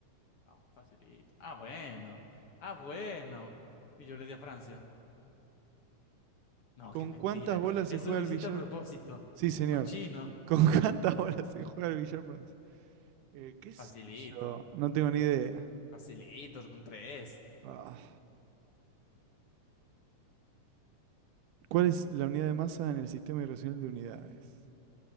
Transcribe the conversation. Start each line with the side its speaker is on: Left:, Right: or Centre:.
Left: Ah, facilito. Ah, bueno. Ah, bueno. Y yo le di a Francia. No,
Right: ¿Con
Left: qué mentira.
Right: cuántas bolas
Left: Eso
Right: se juega
Left: lo
Right: el
Left: hiciste
Right: billar?
Left: a propósito.
Right: Sí, señor.
Left: Cochino.
Right: <laughs> ¿Con cuántas bolas se juega el billar francés? Eh, ¿Qué sé
Left: Facilito.
Right: yo? No tengo ni idea.
Left: Facilito, con tres.
Right: Ah. ¿Cuál es la unidad de masa en el sistema irracional de unidades?